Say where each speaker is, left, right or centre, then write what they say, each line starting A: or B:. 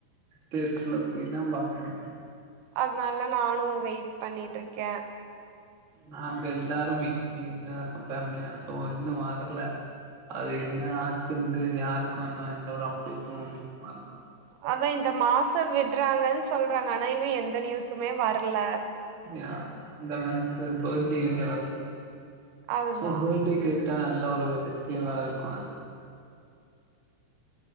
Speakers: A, on the right (about 60°); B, on the right (about 80°).
A: தேட்ரல போய்தா பாக்கனு
B: அதனால நானு வெயிட் பண்ணிட்ருக்கே
A: நாங்க எல்லாரோ வெய்ட் பண்ணிக்கட்டுதா இருக்கோ ஃபேமிலியா சோ இன்னோ வரல அது என்ன ஆச்சுன்ட்டு யாருக்கோ இன்னு எந்த ஒரு அப்டேட்டோ வர்ல
B: அதா இந்த மாசோ விடுறாங்கன்னு சொல்றாங்க ஆனா இன்னு எந்த நியூஸுமே வர்ல
A: அப்புடியா இந்த மந்த்து பர்டே வேற வர்து
B: அதுதா
A: சோ பர்டே கிஃப்டா நல்ல ஒரு பெஸ்டிவலா இருக்கோ அது